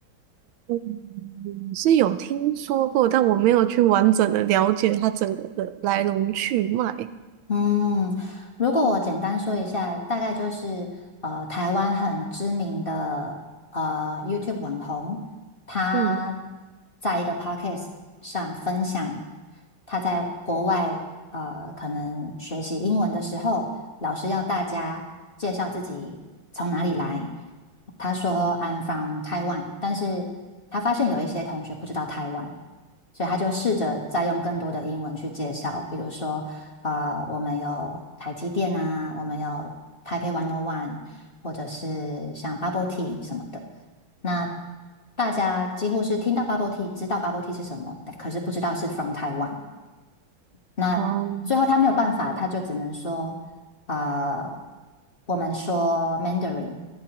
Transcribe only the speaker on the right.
嗯是有听说过，但我没有去完整的了解它整个的来龙去脉。
嗯，
哦，